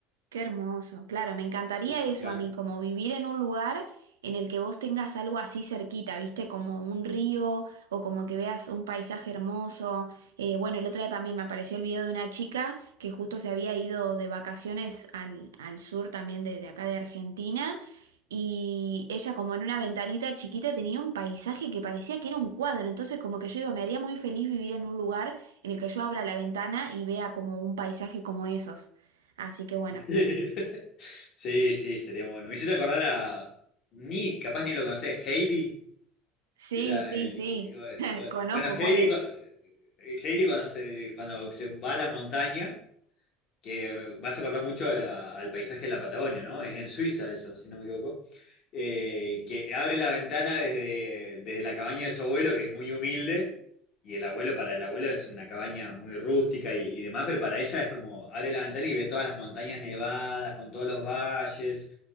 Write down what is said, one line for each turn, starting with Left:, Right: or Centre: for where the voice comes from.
Right: Qué hermoso. Claro, me encantaría
Left: Sí,
Right: eso
Left: claro.
Right: a mí, como vivir en un lugar en el que vos tengas algo así cerquita, ¿viste? Como un río o como que veas un paisaje hermoso. Eh, bueno, el otro día también me apareció el video de una chica que justo se había ido de vacaciones al, al sur también de, de acá de Argentina y ella como en una ventanita chiquita tenía un paisaje que parecía que era un cuadro. Entonces como que yo digo, me haría muy feliz vivir en un lugar en el que yo abra la ventana y vea como un paisaje como esos. Así que bueno.
Left: <laughs> Sí, sí, sería bueno. Me hiciste acordar a, ni, capaz ni lo conocés, Heidi.
Right: Sí,
Left: Era
Right: sí,
Left: el,
Right: sí. <laughs> Conozco
Left: bueno, Heidi,
Right: cuál
Left: cu- Heidi cuando se, cuando se va a la montaña que me hace acordar mucho a- al paisaje de la Patagonia, ¿no? Es en Suiza eso, si no me equivoco. Eh, que abre la ventana desde, desde la cabaña de su abuelo, que es muy humilde, y el abuelo, para el abuelo es una cabaña muy rústica y, y demás, pero para ella es como abre la ventana y ve todas las montañas nevadas, con todos los valles,